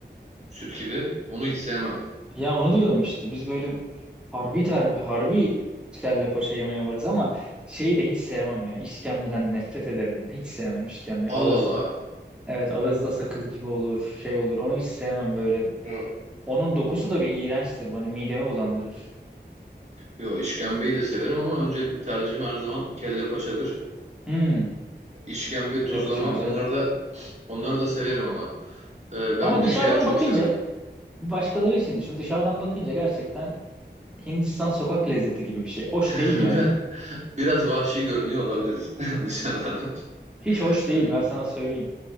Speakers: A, on the right (about 40°); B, in the centre.
A: süt gibi. Onu hiç sevmem.
B: Ya onu diyordum işte biz böyle harbi ter, harbi kelle paça yemeye varız ama şeyi de hiç sevmem ya. İşkembeden nefret ederim ben. Hiç sevmem işkembe.
A: Allah
B: Ağızda
A: Allah.
B: evet ağızda sakız gibi olur, şey olur. Onu hiç sevmem böyle
A: Yo,
B: Onun dokusu da bir iğrençtir. Bana midemi bulandırır.
A: yo işkembeyi de severim ama öncelikli tercihim her zaman kelle paçadır.
B: Hmm,
A: İşkembe,
B: lavaşa
A: tuzlama
B: güzel.
A: onları da onları da severim ama. Ee, ben
B: Ama
A: bir de
B: dışarıdan
A: ciğer çok
B: bakınca
A: severim.
B: başkaları için düşün. Dışarıdan bakınca gerçekten Hindistan sokak lezzeti gibi bir şey. Hoş
A: <laughs>
B: değil yani.
A: Biraz, biraz vahşi görünüyor olabiliriz <laughs> dışarıdan.
B: Hiç hoş değil
A: Hani
B: ben sana söyleyeyim.